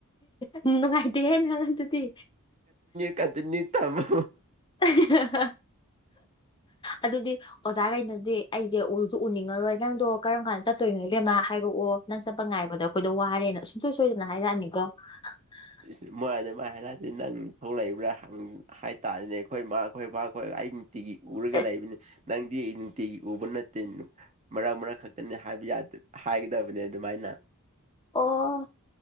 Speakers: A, on the left; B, on the right.
A: ꯅꯨꯡꯉꯥꯏꯇꯦꯍꯦ ꯅꯪ ꯑꯗꯨꯗꯤ
B: <unintelligible> ꯊꯝꯃꯣ
A: <unintelligible> ꯑꯗꯨꯗꯤ ꯑꯣꯖꯥꯒꯩꯅꯗꯤ ꯑꯩꯁꯦ ꯎꯁꯨ ꯎꯅꯤꯡꯉꯔꯣꯏ ꯅꯪꯗꯣ ꯀꯔꯝ ꯀꯥꯟꯗ ꯆꯠꯇꯣꯏꯅꯣ ꯏꯕꯦꯝꯃꯥ ꯍꯥꯏꯔꯛꯑꯣ ꯅꯪ ꯆꯠꯄ ꯉꯥꯏꯕꯗ ꯑꯩꯈꯣꯏꯗꯣ ꯋꯥꯔꯦꯅ ꯁꯨꯡꯁꯣꯏ ꯁꯣꯏꯗꯅ ꯍꯥꯏꯔꯛꯑꯅꯤꯀꯣ <inaudible>
B: ꯏꯁ ꯃꯣꯏ ꯑꯗꯨꯃꯥꯏ ꯍꯥꯏꯔꯗꯤ ꯅꯪ ꯊꯧ ꯂꯩꯕꯔꯥ ꯍꯪ ꯍꯥꯏꯇꯥꯔꯦꯅꯦ ꯑꯩꯈꯣꯏ ꯃꯥ ꯑꯩꯈꯣꯏ ꯕꯥꯈꯣꯏ ꯑꯩ ꯅꯨꯡꯇꯤꯒꯤ ꯎꯔꯒ
A: ꯑꯦ
B: ꯂꯩꯕꯅꯤ ꯅꯪꯗꯤ ꯅꯨꯡꯇꯤꯒꯤ ꯎꯕ ꯅꯠꯇꯦ ꯃꯔꯛ ꯃꯔꯛ ꯈꯛꯇꯅꯤ ꯍꯥꯏꯕ ꯌꯥ ꯍꯥꯏꯒꯗꯕꯅꯦ ꯑꯗꯨꯃꯥꯏꯅ
A: ꯑꯣ